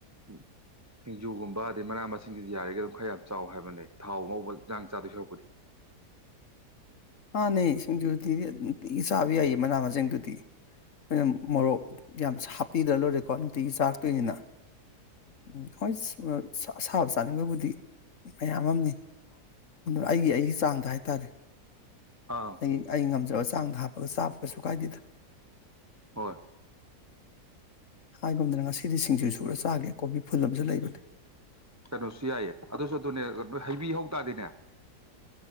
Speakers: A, on the right (about 15°); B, on the left (about 55°).
A: ꯎꯝ ꯁꯤꯡꯖꯨꯒꯨꯝꯕ ꯑꯗꯩ ꯃꯅꯥ ꯃꯁꯤꯡꯁꯤꯗꯤ ꯌꯥꯔꯤꯒꯩ ꯑꯗꯨꯝ ꯈꯔ ꯌꯥꯝ ꯆꯥꯎ ꯍꯥꯏꯕꯅꯦ ꯊꯥꯎ ꯉꯧꯕ ꯏꯟꯖꯥꯡ ꯆꯥꯗꯣꯏ ꯁꯔꯨꯛꯄꯨꯗꯤ
B: ꯃꯥꯅꯦ ꯁꯤꯡꯖꯨꯗꯤ ꯑ ꯅꯨꯡꯇꯤꯒꯤ ꯆꯥꯕ ꯌꯥꯏꯌꯦ ꯃꯅꯥ ꯃꯁꯤꯡꯗꯨꯗꯤ ꯑꯩꯈꯣꯏꯅ ꯃꯣꯔꯣꯛ ꯌꯥꯝ ꯁꯥ ꯍꯥꯞꯄꯤꯗ꯭ꯔ ꯂꯣꯏꯔꯦꯀꯣ ꯅꯨꯡꯇꯤꯒꯤ ꯆꯥꯔꯛꯇꯣꯏꯅꯤꯅ꯫ ꯎꯝ ꯍꯣꯏ ꯁ ꯑꯁꯥꯕ ꯆꯥꯅꯤꯡꯕꯕꯨꯗꯤ ꯃꯌꯥꯝ ꯑꯃꯅꯤ ꯑꯗꯨ ꯑꯩꯒꯤ ꯑꯩꯒꯤ ꯆꯥꯡꯗ ꯍꯥꯏꯇꯥꯔꯦ꯫
A: ꯑꯥ
B: ꯑꯩ ꯑꯩ ꯉꯝꯖꯕ ꯆꯥꯡꯗ ꯍꯥꯞꯄꯒ ꯆꯥꯕꯒꯩꯁꯨ ꯀꯥꯏꯗꯦꯗ
A: ꯍꯣꯏ
B: ꯍꯥꯏꯒꯨꯝꯗꯅ ꯉꯁꯤꯗꯤ ꯁꯤꯡꯖꯨ ꯁꯨꯔ ꯆꯥꯒꯦ ꯀꯣꯕꯤ ꯐꯨꯜ ꯑꯃꯁꯨ ꯂꯩꯕꯅꯦ꯫
A: ꯀꯩꯅꯣꯁꯨ ꯌꯥꯏꯌꯦ ꯑꯗꯨꯁꯨ ꯑꯗꯨꯅꯦ ꯅꯣꯏ ꯍꯩꯕꯤꯍꯧ ꯇꯥꯥꯔꯗꯤꯅꯦ